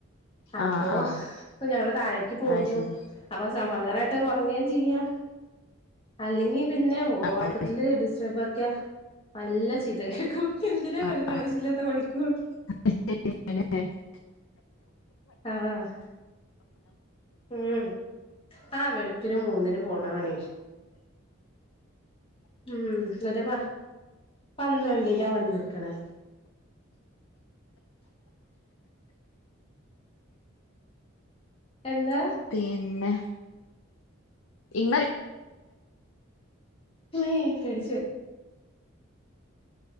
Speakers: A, on the left (about 25°); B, on the left (about 75°).
A: അപ്പൊ
B: ആഹ് ആഹ് ആഹ്
A: ഇപ്പ ഞങ്ങള് താഴേക്ക് പോന്നു
B: അത് ശരി
A: അപ്പൊ സമാധാനായിട്ട് ഉറങ്ങേം ചെയ്യാം അല്ലെങ്കി പിന്നെ
B: ആ
A: ഒറക്കത്തില്
B: അതെ.
A: ഡിസ്റ്റേർബ് ആക്കിയ നല്ല ചീത്ത കേക്കും എന്തിനാ
B: ആ
A: വെറുതെ
B: ആ
A: ആവശ്യല്ലാത്ത പണിക്ക് പോ
B: <unintelligible>
A: ആഹ് ആഹ് ഉം ആഹ് വെളുപ്പിന് മൂന്നിന് പോണതാണേ മ് ന്ന്ട്ട്പ പന്ത്രണ്ടിനാ വന്ന്ക്കണേ എന്താ
B: പിന്നെ ഇമ്മ
A: മ്മേ പേടിച്ചു പോയി